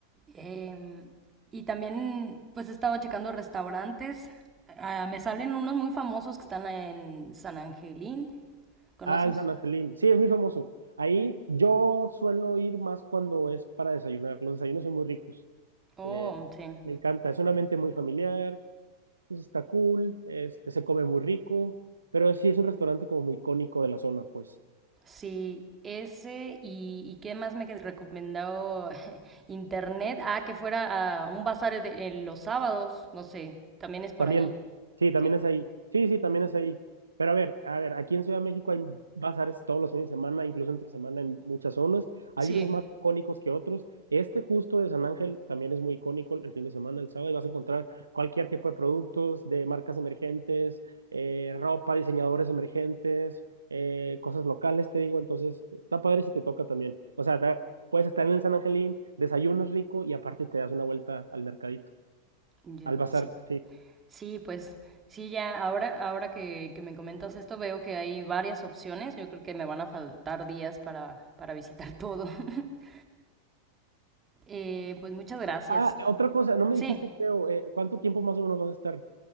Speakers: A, on the right (about 20°); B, on the right (about 75°).
A: Em, y también pues he estado checando restaurantes. Ah, me salen unos muy famosos que están en San Angelín. ¿Conoces?
B: Ah, el San Angelín. Sí, es muy famoso. Ahí yo suelo ir más cuando es para desayunar. Los desayunos son muy ricos.
A: Oh,
B: Eh,
A: sí.
B: me encanta. Es un ambiente muy familiar. Pues está cool. Este, se come muy rico. Pero sí es un restaurante como muy icónico de la zona, pues.
A: Sí, ese y, y qué más me que recomendado <laughs> internet. Ah, que fuera a un bazar de- en los sábados, no sé, también es por
B: También,
A: allí.
B: sí, también
A: Sí,
B: es ahí. Sí, sí, también es ahí. Pero a ver, a ver, aquí en Ciudad de México hay bazares todos los fines de semana, incluso entre semana en muchas zonas. Hay
A: sí,
B: unos más icónicos que otros. Este justo de San Ángel también es muy icónico el fin de semana, el sábado, y vas a encontrar cualquier tipo de productos de marcas emergentes, eh, ropa, diseñadores emergentes, eh, cosas locales, te digo. Entonces, está padre si te toca también. O sea, da- puedes estar en el San Angelín, desayunas rico y aparte te das una vuelta al mercadito,
A: yo-
B: al bazar,
A: sí.
B: sí.
A: Sí, pues sí, ya ahora, ahora que, que me comentas esto veo que hay varias opciones. Yo creo que me van a faltar días para, para visitar todo. <laughs> Eh, pues muchas gracias.
B: Ah, otra cosa, no me
A: Sí.
B: dijiste, creo, eh, ¿cuánto tiempo más o menos vas a estar?